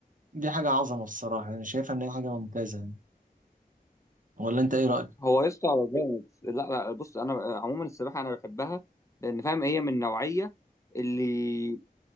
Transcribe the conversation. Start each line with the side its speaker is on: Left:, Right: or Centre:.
Right: دي حاجه عظمه الصراحه انا شايفها ان هي حاجه ممتازه يعني ولا انت ايه رايك؟
Left: هو يسطا جامد لا لا بص انا عموما السباحه انا بحبها لان فاهم هي من النوعيه اللي